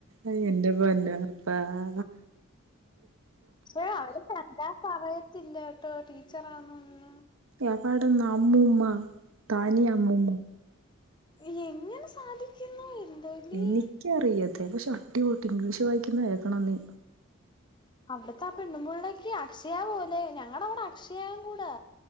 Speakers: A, on the right (about 80°); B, on the left (about 20°).
A: ഇയോഎന്റെപൊന്നുകർത്താ
B: യോഅവരെകണ്ടപറയത്തില്ലകേട്ടോടീച്ചർഅന്നെന്ന്
A: കവാടുന്ന അമ്മൂമ്മ താനി അമ്മൂമ്മു
B: ഇനി എങ്ങനെ സാധിക്കുന്നു എന്തോലി
A: എനിക്കറിയതെ പക്ഷെ അടി പൊട്ട് ഇംഗ്ലീഷ് വായിക്കുന്ന കേക്കണ നീ
B: അവിടത്തെ ആ പെണ്ണുമ്പുള്ളേക്ക് അക്ഷയ പോലെ ഞങ്ങടെ അവിടെ അക്ഷയക്കൂടാ